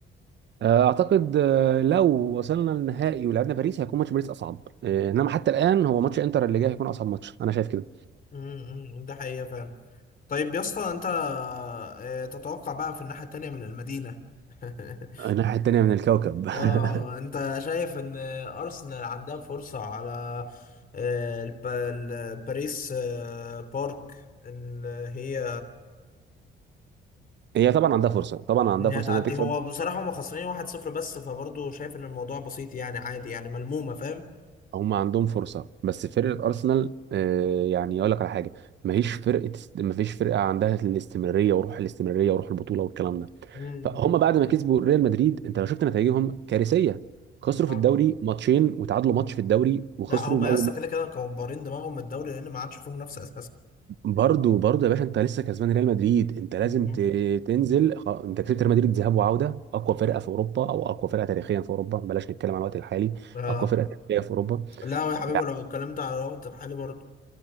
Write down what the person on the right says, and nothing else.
آه، اعتقد آه، لو وصلنا للنهائي ولعبنا باريس هيكون ماتش باريس اصعب آه، انما حتى الان هو ماتش انتر اللي جاي هيكون اصعب ماتش انا شايف كده
الناحيه التانيه من الكوكب
<laughs>
هي طبعا عندها فرصه طبعا عندها
فرصه
انها تكسب
هم عندهم فرصه بس فرقه ارسنال آه، يعني اقول لك على حاجه ماهيش فرقه مفيش فرقه عندها الاستمراريه وروح الاستمراريه وروح البطوله والكلام ده
فهم بعد ما كسبوا ريال مدريد انت لو شفت نتائجهم كارثيه خسروا
في الدوري ماتشين وتعادلوا ماتش في الدوري وخسروا
اول
برضو برضو يا باشا انت لسه كسبان ريال مدريد انت لازم
ت- تنزل خ- انت كسبت ريال مدريد ذهاب وعوده اقوى فرقه في اوروبا او اقوى فرقه تاريخيا في اوروبا بلاش نتكلم عن الوقت الحالي
اقوى فرقه تاريخيا في اوروبا
يعني